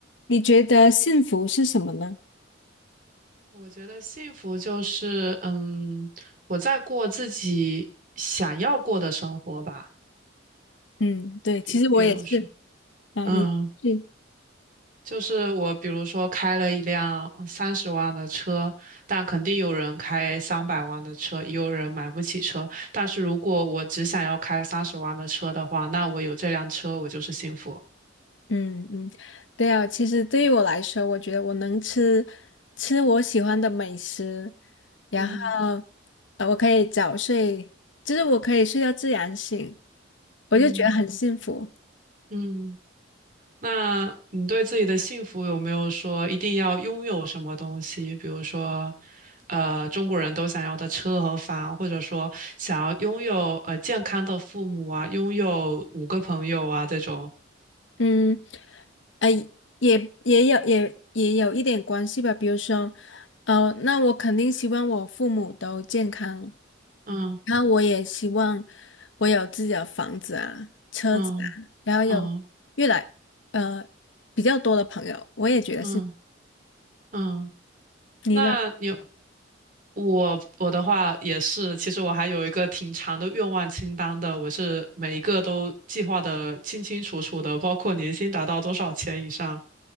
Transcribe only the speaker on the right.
我觉得幸福就是，嗯，我在过自己想要过的生活吧。
比比如说，
嗯，
就是我比如说开了一辆三十万的车，但肯定有人开三百万的车，也有人买不起车。但是如果我只想要开三十万的车的话，那我有这辆车，我就是幸福。
嗯
嗯嗯。那你对自己的幸福有没有说一定要拥有什么东西？比如说，呃，中国人都想要的车和房，或者说想要拥有呃健康的父母啊，拥有五个朋友啊这种。
嗯
嗯
嗯
嗯嗯。
那你有我我的话也是，其实我还有一个挺长的愿望清单的，我是每一个都计划的清清楚楚的，包括年薪达到多少钱以上，